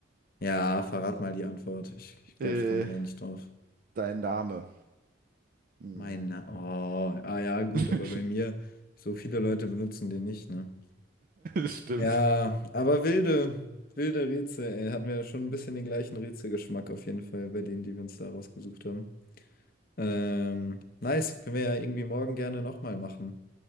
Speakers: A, on the left; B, on the right.
A: Ja, verrat mal die Antwort. Ich, ich glaube,
B: Äh,
A: ich komme da nicht drauf.
B: dein Name. Hm.
A: Mein Na- Oh, ah ja, gut,
B: <laughs>
A: aber bei mir, so viele Leute benutzen den nicht, ne?
B: Stimmt.
A: Ja, aber wilde, wilde Rätsel, ey. Hatten wir schon ein bisschen den gleichen Rätselgeschmack auf jeden Fall bei denen, die wir uns da rausgesucht haben. Ähm, nice, können wir ja irgendwie morgen gerne nochmal machen.